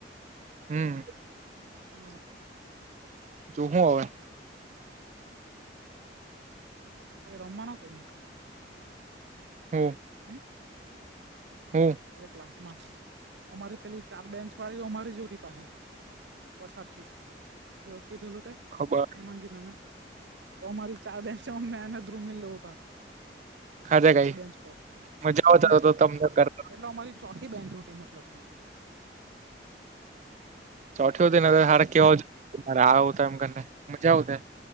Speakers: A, on the right; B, on the right.
A: હમ
B: હ
A: જો હું હવે?
B: અ એ રમમાનો કે નહી?
A: હમ્મ.
B: હમ્મ.
A: હમ્મ.
B: આજે ક્લાસમાં અમારી પેલી ચાર બેન્ચવાળીઓ અમારી જો <unintelligible> પાહિ પછાળથી જો કીધેલું તે
A: ખબર
B: હેમાગી મેમ એ તો અમારી ચાર બેચો મેં ને ધ્રુમિલ, <unintelligible>
A: હાજા કઈ
B: એ બેન્ચ પર
A: મજા
B: હજ
A: આવતા
B: ને તો
A: તમને કરતા
B: એટલે અમારી ચોથી બેન્ચ હતી એ મતલબમાં
A: ચોથો
B: એટલે
A: અતોને કેવા <unintelligible> આવો તમ બન્ને મજા આવશે